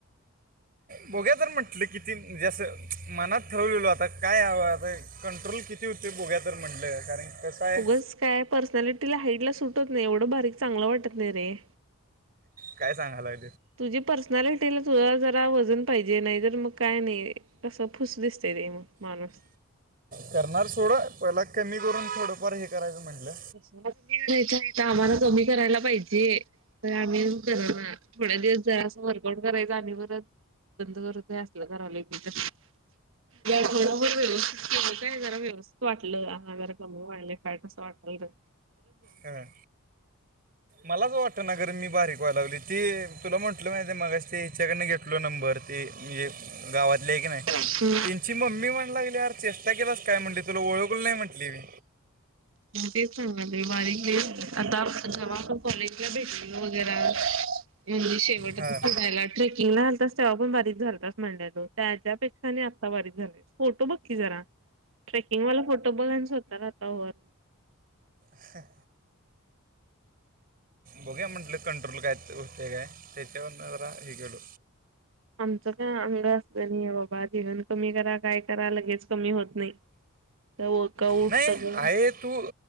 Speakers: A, on the right; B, on the right.
A: बोघुया तर म्हंटलं किती म्हणजे असं मनात ठरवलेल आता काय हवं आता कंट्रोल किती तू ते बोघ्या तर म्हटलंय कारण कसं आहे
B: उगच काय पर्सनॅलिटीला हाईट ला सुटत नाही एवढं बारीक चांगलं वाटत नाही रे.
A: काय सांगालाय.
B: तुझी पर्सनलिटीला तुझ जरा वजन पाहिजे नाही तर मग काय नाही अस पुस दिसते ते मानुस.
A: करणार थोडं पहिला कमी करून थोडंफार हे करायचं म्हंटलं.
B: कमी करायच आहे तर आम्हाला कमी करायला पाहिजे तर आम्ही कर ना. थोड्या दिवस झा अस वर्कआउट करायच आणि परत बंद करतय असलं करायला की. या आठवदभर व्यवस्थित केलं काय जरा व्यवस्थित वाटलं. आ जरा कमी व्हायलय फॅट मस्त वाटायलय.
A: ह मलाच वाटत ना गर मी बारीक लावली ती तुला म्हटलं माहितीेये मगाशी ते हिच्याकडून घेतलो नंबर ती हे गावातले आहे की नाही.
B: <inaudible> म
A: त्यांची मम्मी म्हणायला लागली यार चेष्टा केलास काय म्हटली तुला ओळखलं नाही म्हटली मी
B: तेच सागालंय बारी आता जेव्हा आपण कॉलेजला भेटलो वगैर म्हणजे शेवटायला
A: हां
B: ट्रेकिंगला आलतास तेव्हा पण बारीक झालत म्हणल. त्याच्यापेक्षा आणि आता बारीक झाले फोटो बग क्की जरा. ट्रेकिंग वाला फोटो बघायचा होता ना तंवर.
A: ह. बघ्या म्हंटलं कंट्रोल काय होते काय त्याच्यावरून जरा हे गेलो.
B: <inaudible> आमचं का अंग <unintelligible> बाबा जेवण कमी करा काय करा लगेच कमी होत नाही त्या वर्कआउट
A: नाही
B: सगळं
A: आहे तू